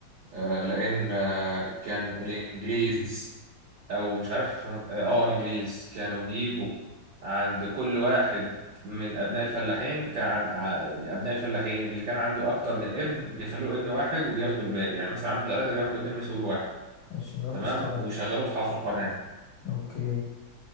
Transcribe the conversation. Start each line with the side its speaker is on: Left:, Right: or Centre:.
Right: آه لأن آه كان الإنجليز أو مش عارف الفرن... آه آه، الإنجليز كانوا بيجوا عند كل واحد من أبناء الفلاحين كان عن... ع- من أبناء الفلاحين اللي كان عنده أكتر من ابن بيخلوا له ابن واحد وبياخدوا الباقي يعني مثلا عنده ثلاثة بياخدوا اتنين ويسيبوا له واحد
Left: عشان يروح
Right: تمام
Left: يشتغل
Right: ويشغلوه في حفر قناة
Left: اوكي